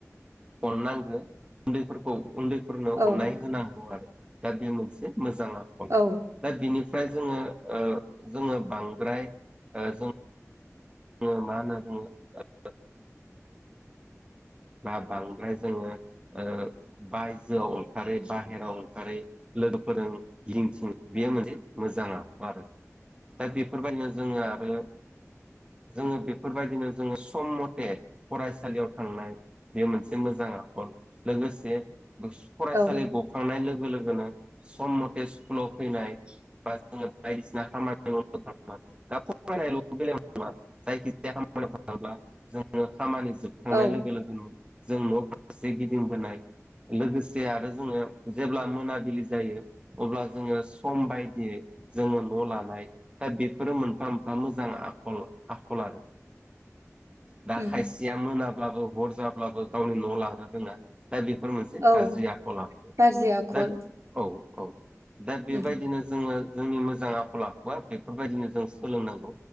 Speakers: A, on the right; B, on the right.
A: अननांगौ उन्दैफोरखो उन्दै फोरनो
B: औ
A: अननाय होनांगौ आरो दा बे मोनसे मोजां आखल
B: औ
A: दा बिनि फ्राय जोङो ओ जोङो बांद्राय ओ जों जों मा होनना बुङो ओ ना बांद्राय जोङो ओ बायजोआव ओंखारो बाहेराव ओंखारै लोगोफोरजों गिदिंथिं बेयो मोनसे मोजां आखु आरो दा बेफोरबायदिनो जोङो आरो जोङो बेफोरबायदिनो जोङो सम मथे फरायसालियाव थांनाय बे मोनसे मोजां आखल लोगोसे फरायसालि
B: औ
A: गखांनाय लोग लोगो लोगोनो सम मथे स्कुलाव फैनाय बा जोङो बायदिसिना खामानि माव <unintelligible> थां दा फरायनायल' बेलायावल नङा जायखिजाया खामानिआव थाङोब्ला जोङो खामानि जोबखांनाय
B: औ औ
A: लोगो लोगोनो जों न' फारसे गिदिंबोनाय लोगोसे आरो जोङो जेब्ला मोनाबिलि जायो अब्ला जोङो सम बायदियै जोङो न' लानाय दा बेफोरो मोनफा मोनफा मोजां आखल आकर आरो
B: ओम
A: दा खायसेया मोनाब्लाबो हर जाब्लाबो गावनि न'आव लानो रोङा दा बेफोर मोनसे
B: औ
A: गाज्रि आखल आखु
B: गाज्रि आखल
A: दा औ औ दा बेबायदिनो
B: ओम
A: जोङो जोंनि मोजां आखल आखुआ बेफोरबायदिनो जों सोलोंनांगौ